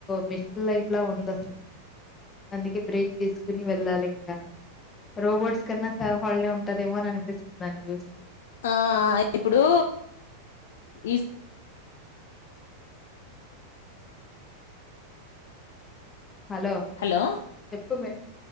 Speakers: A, on the left (about 20°); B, on the left (about 55°).
A: మెషన్ లైట్లా ఉందస అందుకే బ్రేక్ తీసుకుని వెళ్ళాలింక. రోబోట్స్ కన్నా స హల్డే ఉంటదేమోనని నిపిస్తుంది నన్ను చూస్.
B: ఆ ఇప్పుడు ఈ
A: హలో
B: హలో
A: చెప్పు మ